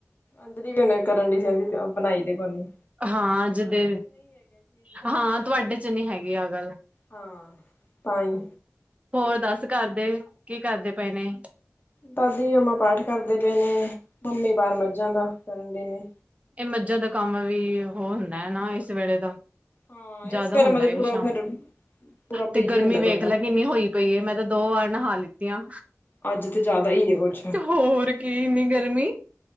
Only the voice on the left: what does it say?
ਸੋਚਦੀ ਵੀ ਹੁਣੇ ਕਰਨ ਡੀ ਸੈਂਡਵਿਚ, ਆਪ ਬਣਾਈ ਦੇ ਕੋੂੰ ਨੀ
ਹਾਂ, ਤਾਂ ਹੀ
ਦਾਦੀ ਮੰਮਾ ਪਾਠ ਕਰਦੇ ਪਏ ਨੇ, ਮੰਮੀ ਬਾਹਰ ਮੱਝਾਂ ਦਾ ਕਰਨ ਡੇ ਨੇ।
ਹਾਂ
ਇਸ ਵੇਲੇ
ਮਤਲਬ ਪੂਰਾ
ਫਿਰ ਪੂਰਾ
ਬਿਜੀ
ਹੁੰਦਾ
ਬੰਦਾ
ਅੱਜ ਤੇ ਜ਼ਿਆਦਾ ਹੀ ਹੈ ਕੁਛ